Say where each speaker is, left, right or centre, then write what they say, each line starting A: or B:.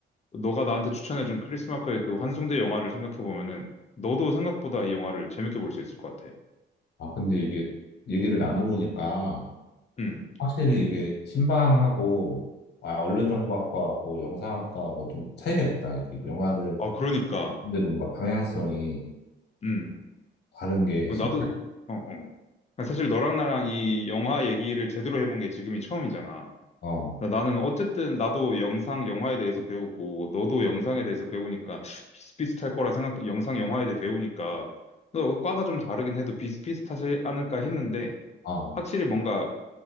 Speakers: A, on the left (about 35°); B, on the left (about 60°).
A: 너가 나한테 추천해준 크리스마커의 그 환송대 영화를 생각해보면은 너도 생각보다 이 영화를 재밌게 볼 수 있을 것 같아.
B: 아, 근데 이게 얘기를 나눠보니까
A: 음.
B: 확실히 이게 신방하고 아, 언론정보학과하고 영상학과하고 좀 차이가 있다. 이게 영화를
A: 아, 그러니까.
B: 근데도 뭔가 방향성이
A: 음.
B: 다른 게
A: 어,
B: 신-
A: 나도, 어, 어. 사실 너랑 나랑 이 영화 얘기를 제대로 해본 게 지금이 처음이잖아.
B: 어,
A: 나- 나는 어쨌든 나도 영상 영화에 대해서 배우고 너도 영상에 대해서 배우니까 비슷비슷할 거라 생각, 영상 영화에 대해 배우니까 너 과가 좀 다르긴 해도 비슷비슷하지 않을까 했는데
B: 어,
A: 확실히 뭔가